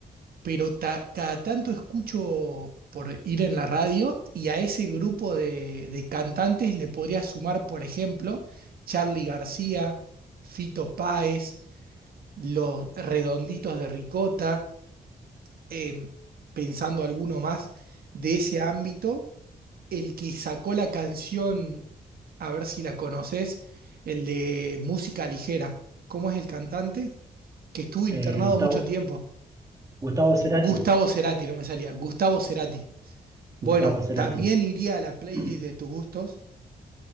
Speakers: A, on the right; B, on the right.
A: pero ta- cada tanto escucho por ir en la radio y a ese grupo de, de cantantes le podría sumar, por ejemplo, Charly García, Fito Páez, Los Redonditos de Ricota, em, pensando alguno más de ese ámbito, el que sacó la canción, a ver si la conoces, el de Música Ligera. ¿Cómo es el cantante? que estuvo internado
B: Eh, Gustavo,
A: mucho tiempo.
B: Gustavo Cerati,
A: Gustavo Cerati, no me salía. Gustavo Cerati. Bueno,
B: Gustavo Cerati.
A: también iría a la playlist
B: <clears throat>
A: de tus gustos.